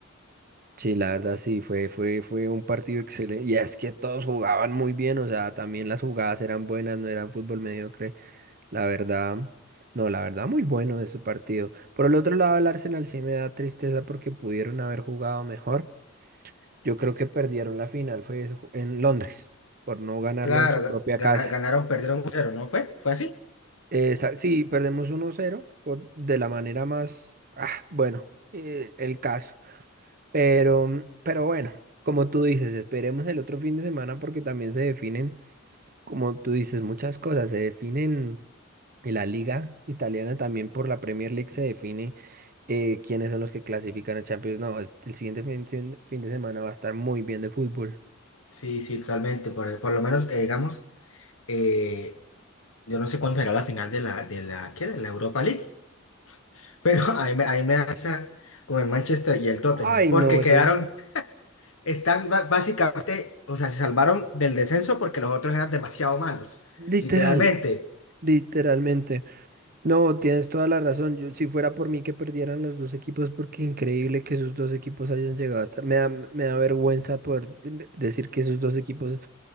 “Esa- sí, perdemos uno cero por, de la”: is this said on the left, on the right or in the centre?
Right